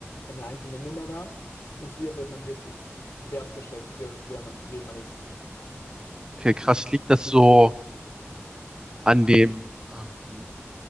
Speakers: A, on the left (about 70°); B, on the right (about 15°).
A: eine einzelne Nummer war und hier wird man wirklich wertgeschätzt für wer man, wen man ist.
B: Okay, krass. Liegt das so an dem, ähm,